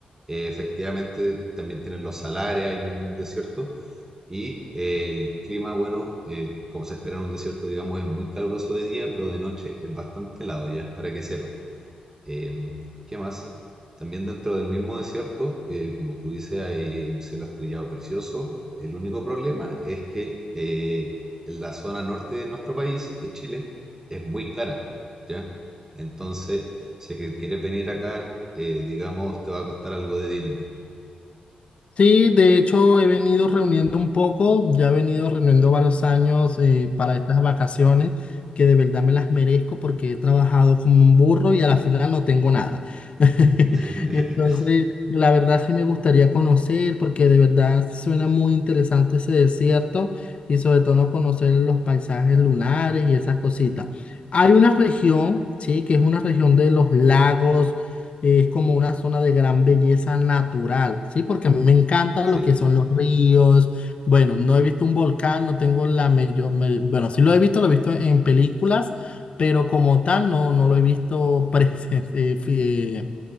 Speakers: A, on the right; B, on the left.
A: Eh, efectivamente, también tienen los salares ahí mismo en el desierto. Y el clima, bueno, eh, como se espera en un desierto, digamos, es muy caluroso de día, pero de noche es bastante helado ya, para que sepa. Em, ¿qué más? También dentro del mismo desierto, eh, como tú dices, hay un cielo estrellado precioso. El único problema es que eh, en la zona norte de nuestro país, de Chile, es muy cara, ¿ya? Entonces, si es que quieres venir acá, eh, digamos, te va a costar algo de dinero.
B: Sí, de hecho he venido reuniendo un poco, ya he venido reuniendo varios años eh, para estas vacaciones que de verdad me las merezco porque he trabajado como un burro y a la final no tengo nada. <laughs>
A: <laughs>
B: Entonces, la verdad sí me gustaría conocer porque de verdad suena muy interesante ese desierto y sobre todo conocer los paisajes lunares y esas cositas. Hay una región, sí, que es una región de los lagos. Es como una zona de gran belleza natural, ¿sí? Porque a mí me encanta
A: Sí,
B: lo que son los ríos. Bueno, no he visto un volcán, no tengo la mayor... me- Bueno, sí lo he visto, lo he visto en películas, pero como tal no, no lo he visto presen- <laughs> eh, fi- eh,